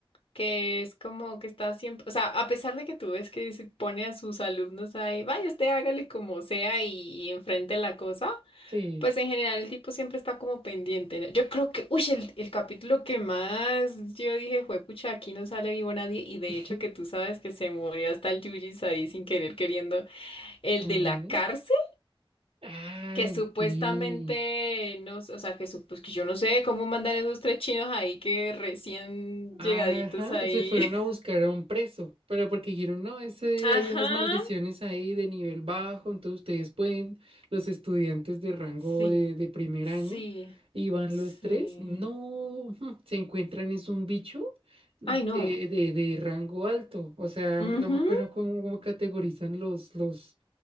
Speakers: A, on the left; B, on the right.
A: que es como que está siempre, o sea, a pesar de que tú ves que se pone a sus alumnos ahí, vaya usted hágale como sea y, y enfrente la cosa,
B: Sí.
A: Pues en general el tipo siempre está como pendiente, ¿no? Yo creo que, uy, el, el capítulo que más yo dije fue, pucha, aquí no sale vivo nadie. Y de
B: <laughs>
A: hecho que tú sabes que se murió hasta el Yujis ahí sin querer queriendo. El
B: Mm.
A: de la cárcel,
B: Ah,
A: que supuestamente,
B: sí.
A: no, sé, o sea, que, sup- pues, que yo no sé cómo mandan esos tres chinos ahí que recién
B: Ajá,
A: llegaditos ahí.
B: se fueron a buscar a un preso, pero porque dijeron, no, ese,
A: <laughs> Ajá.
B: hay unas maldiciones ahí de nivel bajo, entonces ustedes pueden, los estudiantes de rango
A: Sí,
B: de, de primer
A: sí,
B: año, y van
A: sí.
B: los tres, no, ujú, se encuentran, es un bicho de,
A: Ay, no.
B: de, de rango alto, o sea,
A: Ujú.
B: no me acuerdo cómo, cómo categorizan los, los,